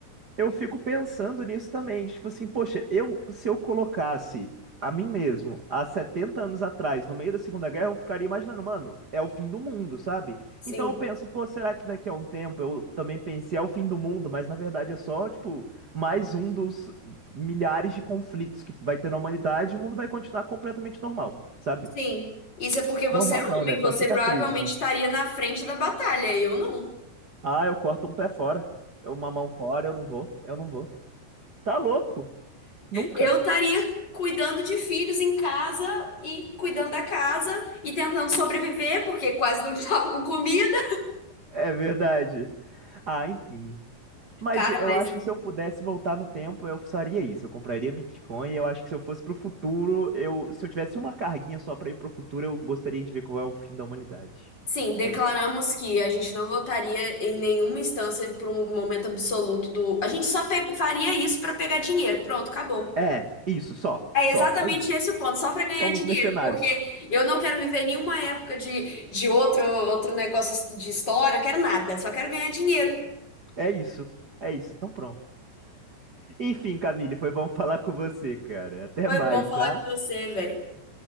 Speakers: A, on the right (about 65°); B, on the left (about 25°).
A: Eu fico pensando nisso também, tipo assim, poxa, eu se eu colocasse a mim mesmo há 70 anos atrás, no meio da Segunda Guerra, eu ficaria imaginando, mano, é o fim do mundo, sabe?
B: Sim,
A: Então eu penso, pô, será que daqui a um tempo eu também pensei, é o fim do mundo, mas na verdade é só, tipo, mais um dos milhares de conflitos que vai ter na humanidade, e o mundo vai continuar completamente normal, sabe?
B: sim. Isso é porque você
A: Normal
B: é
A: não,
B: homem,
A: né? Com
B: você
A: as cicatrizes,
B: provavelmente
A: né?
B: estaria na frente da batalha, eu não.
A: Ah, eu corto um pé fora, eu uma mão fora, eu não vou, eu não vou. Tá louco? Nunca.
B: Eu estaria cuidando de filhos em casa e cuidando da casa e tentando sobreviver, porque quase não <laughs> estava com comida.
A: É verdade. Ah, enfim. Mas
B: Cara,
A: eu
B: mas
A: acho que se eu pudesse voltar no tempo, eu faria isso. Eu compraria Bitcoin. E eu acho que se eu fosse pro futuro, eu, se eu tivesse uma carguinha só pra ir pro futuro, eu gostaria de ver qual é o fim da humanidade.
B: sim, declaramos
A: É isso.
B: que a gente não votaria em nenhuma instância por um momento absoluto do. A gente só pe- faria isso para pegar dinheiro. Pronto, acabou.
A: É, isso, só,
B: É
A: só.
B: exatamente
A: É isso.
B: esse o ponto, só para ganhar
A: Somos
B: dinheiro,
A: mercenários.
B: porque eu não quero viver nenhuma época de, de outro, outro negócio de história, quero nada, só quero ganhar dinheiro.
A: É isso. É isso. Então pronto. Enfim, Camille, foi bom <laughs> falar com você, cara. Até
B: Foi
A: mais,
B: bom falar
A: tá?
B: com você, velho.